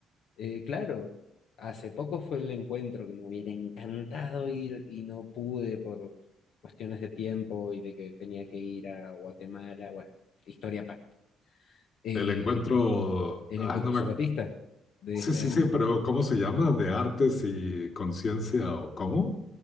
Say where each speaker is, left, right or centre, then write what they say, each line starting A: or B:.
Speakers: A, on the left; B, on the left.
A: Eh, claro, hace poco fue el encuentro que me hubiera encantado ir y no pude por cuestiones de tiempo y de que tenía que ir a Guatemala, bueno, historia aparte. Eh,
B: El encuentro,
A: el
B: ah,
A: encuentro
B: no me
A: zapatista de
B: Sí,
A: este
B: sí,
A: año.
B: sí, pero ¿cómo se llama? ¿De artes y conciencia o cómo?